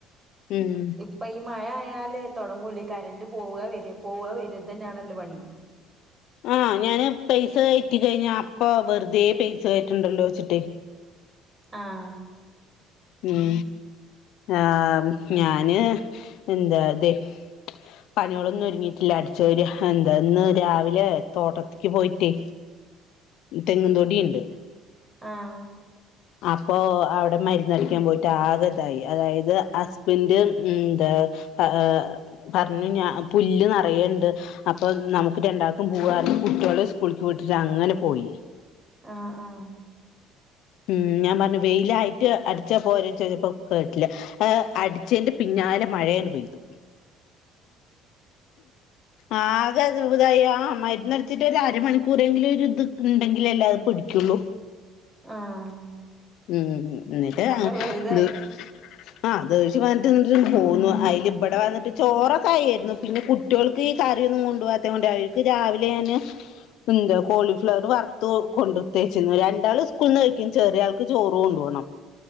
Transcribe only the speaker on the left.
ഉം
ആഹ് ഞാന് പൈസ കയറ്റി കഴിഞ്ഞ അപ്പൊ വെറുതേ പൈസ കയറ്റണ്ടല്ലോവെച്ചിട്ടേ
ഉം ആഹ് ഞാന് എന്താ അതെ പണികളൊന്നും ഒരുങ്ങിയിട്ടില്ല അടിചോര എന്താ ഇന്ന് രാവിലെ തോട്ടത്തിക്ക് പോയിട്ടേ തെങ്ങും തൊടീണ്ട്
അപ്പോ അവടെ മരുന്നടിക്കാൻ പോയിട്ട് ആഗതായി അതായത് ഹസ്ബൻ് ഉം ന്താ ആ പറഞ്ഞു ഞാ പുല്ല് നറയ്ണ്ട് അപ്പൊ നമുക്ക് രണ്ടാൾക്കും പൂവാർഞ്ഞി കുട്ട്യോള് സ്കൂളിക്ക് വിട്ടിട്ട് അങ്ങനെ പോയി
ഉം ഞാൻ പർഞ്ഞു വെയിലായിട്ട് അടിച്ചപോരേ ചെലപ്പം കേട്ടില്ല ഹേ അടിച്ചേന്റെ പിന്നാലെ മഴയണ്ട് പെയ്തു ആകെത് അപതായി ആ മര്ന്നടിച്ചിട്ട് ഒരു അരമണിക്കൂറെങ്കിലും ഒരു ഇത് ഇണ്ടെങ്കിലല്ലേ അഹ് പിടിക്കൊള്ളൂ
ഉം ന്നിട്ട്
അഹ്‌
ത് ആ അതൊഴിച് വന്നിട്ട് വീട്ടിലേക്ക് പോന്നു അയില് ഇബടെ വന്നിട്ട് ചോറക്കെ ആയിരുന്നു പിന്നെ കു ട്ട്യോൾക്ക് ഈ കറിയൊന്നും കൊണ്ടുവാത്ത കൊണ്ട് അവര്ക്ക് രാവിലെ ഞാന് എന്താ കോളിഫ്ലവറ് വറുത്തു കൊണ്ടുത്തേച്ചിന്നൊരു രണ്ടാള് സ്കൂൾന്ന് കഴിക്കും ചെറിയ ആൾക്ക് ചോറ് കൊണ്ട് പോണം